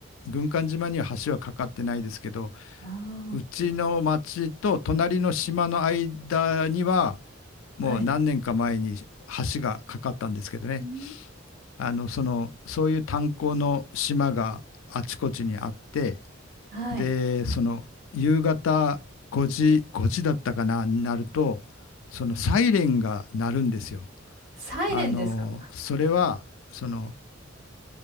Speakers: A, on the left; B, on the right.
A: 軍艦島には橋は架かってないですけど
B: あ
A: うちの町と隣の島の間には、もう何年か前に
B: あ、はい。
A: 橋がかかったんですけどね、
B: うーん
A: あの、その、そういう炭鉱の島があちこちにあって、
B: はい。
A: で、その、夕方5時、5時だったかな、になると、そのサイレンが鳴るんですよ。
B: サイレンですか
A: あの、それは、その、